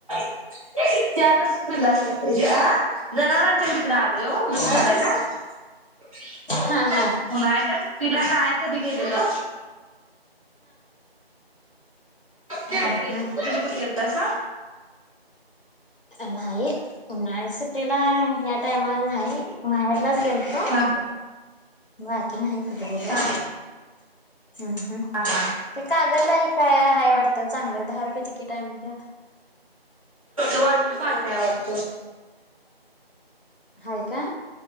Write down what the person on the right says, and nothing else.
<unintelligible> त्यातच झाला पाहिजे. अ जनावरांच्या क तिकडेम
दुधकाडाय <unintelligible>
तिला काय कधी केेलेलं. गे
कुठ त कुठ गेलता सा.
हा
हा
हा हा
वॉटर पार्क आहे वाटतो.